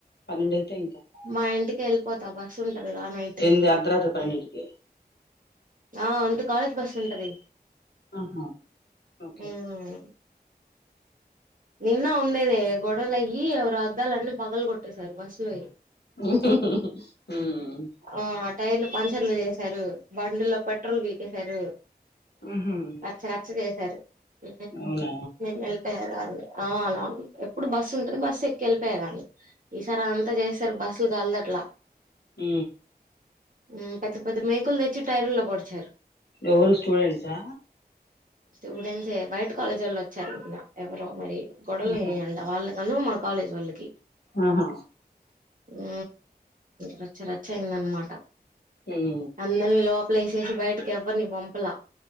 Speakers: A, on the left (about 85°); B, on the right (about 55°).
A: పన్నెండు అయితే ఇంకా.
B: మా ఇంటికి వెళ్ళిపోతా బస్సు ఉంటది ఆ నైట్
A: ఎంత అర్దరాత్రి పన్నెండిటిక
B: ఆ అంటు కాలేజ్ బస్స్ ఉంటది
A: ఆహా ఓకే
B: మ్మ్ నిన్న ఉండేదే, గొడవలయ్యీ ఎవరో అద్దాలు అన్నీ పగలు గొట్టేసారు బస్ లోయ్.
A: ఉహుహుహు ఊ
B: ఆ టైర్లు పంచర్లు చేసారు, బండిల్లో పెట్రోల్ వీకేశారు,
A: ఉహు
B: రచ్చ రచ్చ జేస్. <unintelligible>
A: అవునా
B: వెళ్ళిపోయారు ఆల్లే. ఆ లాల్ ఎప్పుడు బస్సు ఉంటది. బస్సు ఎక్కి ఎళ్ళిపోయారు ఆళ్ళె, ఈసారి అంత జేసారు బస్. తిగాలట్ల
A: ఊ
B: ఊ పెద్ద పెద్ద మేకులు తెచ్చి టైరుల్లో పొడిచారు.
A: ఎవరు స్టూడెంట్సా
B: స్టూడెంట్సే బయట కాలేజోళ్ళు ఒచ్చారు ఇంగ, ఎవరో మరి గొడవలు
A: ఆహా
B: అయినాయంట వాళ్ళె. తనూ మా కాలేజ్ వాళ్ళకి
A: ఆహా
B: ఊ రచ్చ రచ్చ అయిందనమాట
A: ఉమ్
B: అందరిలో లోపలేసేసి బయటకి ఎవ్వరిని పంపల